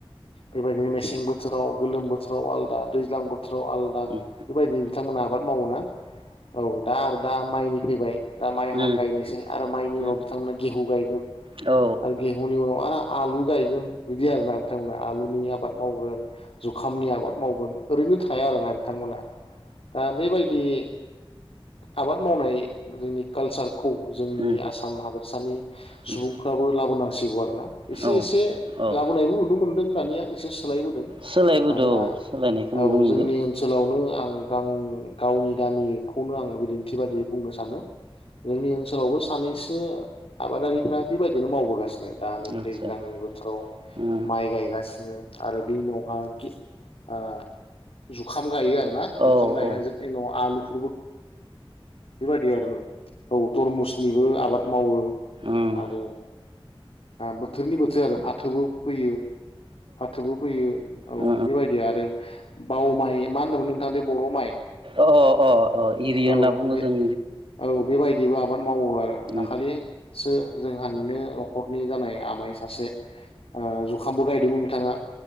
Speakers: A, on the left; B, on the right.
A: बेबायदिनो मेसें बोथोराव गोलोम बोथोराव आलदा दैज्लां बो थोराव आलादा
B: उम उम
A: बेबायदि बिथांमोना आबाद मावोना औ दा आरो दा माइनि फैबाय दा
B: उम
A: माइ गायनोसै आरो माइनि
B: उम
A: उनाव बिथांमोना गेहु गायगोन
B: औ औ ओ उम औ
A: आरो गेहुनि उनाव आरो आलु गाय बिदि आरोना बिथांमोना आलुनि आबाद मावगोन जुखामनि आबाद मावगोन ओरैनो थाया आरोना बिथांमोना दा बेबायदि आबाद मावनाय जोंनि कालचार खौ जोंनि
B: उम
A: आसाम हादोरसानि
B: उम
A: सुबुंफ्राबो लाबोनां <unintelligible> एसे
B: औ
A: एसे
B: औ
A: लाबोनायबो नुनो मोन्दों दानिया एसे एसे सोलायबोदों
B: सोलायबोदो
A: मानोना
B: औ सोलायनायखौ
A: औ
B: नुनो मोनदों
A: जोंनि ओनसोलाव नो आं गां गावनि गामि खौनो आं बिदिन्थि बादि बुंनो सा जोंनि ओनसोलावबो सानैसो आबादारिफ्रा । बेबायदिनो मावबोगासिनो। दानि
B: आदसा
A: दैज्लांनि फोथाराव
B: औ
A: माइ गायगासिनो आरो बे उनाव हां आ जुखाम। गायो आरोना
B: औ
A: जुखाम गायनानै आलु <inaudible> बेबायदि आरो तरमुसनिबो आबाद मावो।
B: उम
A: आरो बोथोरनि बोथोर आरो फाथोबो फैयो फाथोबो फैयो औ
B: अ
A: बेबायदि आरो औ माइ मा होनोमोन नोंथाङ बर' माइ।
B: अ अ अ एरि होनना
A: औ
B: बुङो
A: बे
B: जों
A: औ बेबायदिबो आबाद। मावो आरो
B: औ
A: दाखालिसो जोंहानिनो न'खरनि जानाय आमाइ सासे जुखामबो गायदोंमोन बिथाङा